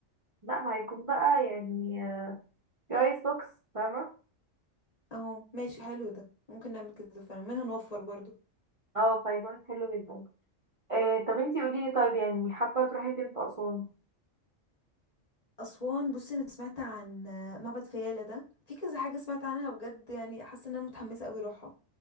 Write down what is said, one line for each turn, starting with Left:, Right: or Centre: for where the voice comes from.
Right: لا ما هيكون بقى يعني آه، في ايس بوكس فاهمه
Left: اهو ماشي حلو ده ممكن نعمل كده فعلا منها نوفر برضو
Right: اه فهيكون حلو جدا آه، طب انتي قوليلي طيب يعني حابه تروحي فين في اسوان
Left: اسوان بصي انا سمعت عن معبد فيلة ده في كذا حاجه سمعت عنها بجد يعني حاسه ان انا متحمسه قوي اروحها